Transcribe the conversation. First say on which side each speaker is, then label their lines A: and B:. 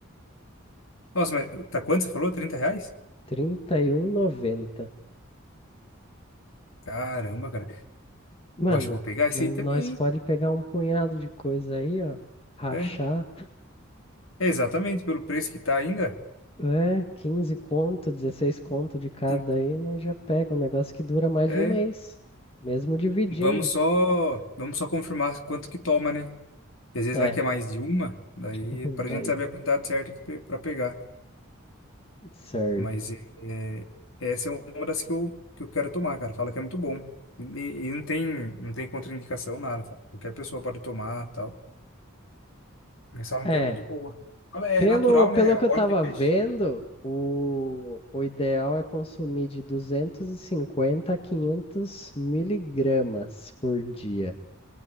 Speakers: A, on the left (about 75°); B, on the left (about 30°).
A: Nossa, mas tá quanto você falou? 30 reais?
B: trinta e R$ noventa.
A: Caramba, cara.
B: Mano,
A: Eu acho que eu vou pegar esse
B: nó-
A: aí
B: nós
A: também,
B: pode
A: hein?
B: pegar um punhado de coisa aí, ó, rachar
A: É, é exatamente, pelo preço que tá ainda,
B: É, 15 conto, 16 conto de cada
A: tem,
B: aí, né? Já pega um negócio que dura mais
A: é,
B: de um mês, mesmo dividindo.
A: vamos só, vamos só confirmar quanto que toma, né? Porque às vezes
B: É,
A: vai que é mais de uma, daí
B: <laughs>
A: pra
B: daí
A: gente saber a quantidade certa de pe- pra pegar.
B: certo.
A: Mas é, é, essa é uma das que eu, que eu quero tomar, cara. Fala que é muito bom. E, e não tem, não tem contraindicação, nada, tá? Qualquer pessoa pode tomar, tal. Mas falam
B: É,
A: que é muito boa. Fala, É
B: pelo,
A: natural,
B: pelo
A: né?
B: que eu
A: Óleo
B: tava
A: de peixe.
B: vendo, o, o ideal é consumir de 250 a 500 miligramas por dia.